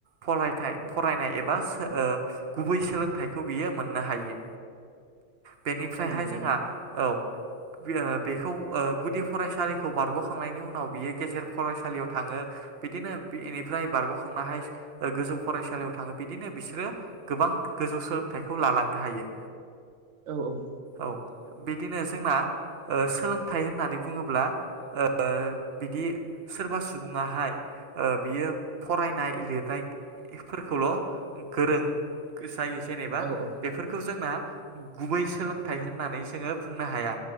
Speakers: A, on the right; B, on the right.
A: फरायथाइ फरायनाय एबा सो ओ गुबै सोलोंथाइखौ बियो मोननो हायो। बेनिफ्रायहाय
B: औ नंगौ
A: जोंहा
B: नोंथां
A: औ <unintelligible> बेखौ ओ गुदि फरायसालिखौ बारग'खांनायनि उनाव बियो गेजेर फरायसालियाव थाङो बिदिनो बेनि फ्राय बारग'खांनाहाय ओ गोजौ फरायसालियाव थाङो बिदिनो बिसोरो गोबां गोजौ सोलोंथाइखौ ला थालांनो हायो
B: औ औ
A: औ बिदिनो जोंना ओ‌ सोलों थाय होननानै बुङोब्ला ओ बिदि सोरबा सुबुङाहाय ओ बियो फरायनाय लिरनाय फोरखौल' गोरों जायो जेनेबा
B: औ औ
A: बेफोरखौ जोंना गुबै सोलोंथाइ होननानै जोङो बुंनो हाया